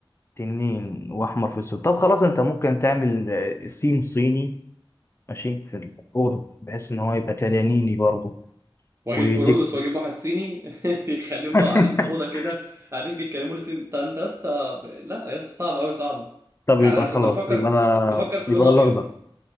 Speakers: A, on the left (about 30°); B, on the right (about 30°).
A: تنين واحمر في السود طب خلاص انت ممكن تعمل آه، سيم صيني ماشي في الاوضه بحيث ان هو يبقى تنانيني برضه
B: واجيب
A: ويديك
B: كورولوس واجيب واحد صيني <laughs> يخليهم
A: <laughs>
B: بقى قاعدين في الاوضه كده قاعدين بيتكلموا لي سي- انت انت يا اسطى لا يا اسطى صعب قوي صعب
A: طب
B: يعني
A: يبقى
B: انا كنت
A: خلاص
B: بفكر
A: يبقى
B: بفكر في
A: يبقى
B: لون ابيض
A: الاخضر